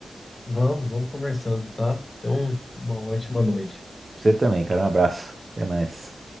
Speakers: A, on the left; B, on the right.
A: Vamos, vamos conversando, tá? Então, uma ótima noite.
B: Você também, cara. Um abraço. Até mais.